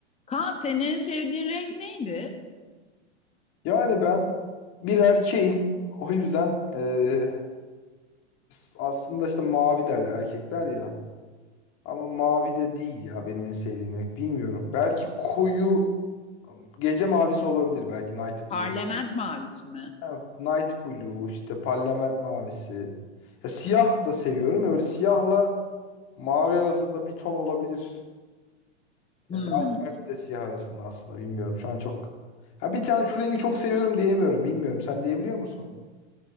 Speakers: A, on the left; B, on the left.
A: Kaan senin en sevdiğin renk neydi?
B: Yani ben bir erkeğim. O yüzden eee, s- aslında işte mavi der erkekler ya. Ama mavi de değil ya benim en sevdiğim renk. Bilmiyorum. Belki koyu gece mavisi olabilir belki Night Blue.
A: Parlament mavisi mi?
B: Ha, Night Blue işte parlament mavisi. Ya siyah da seviyorum. Öyle siyahla mavi arasında bir ton olabilir. Yani
A: Hmm.
B: lacivert de siyah arasında aslında bilmiyorum. Şu an çok. Ha bir tane şu rengi çok seviyorum diyemiyorum. Bilmiyorum. Sen diyebiliyor musun?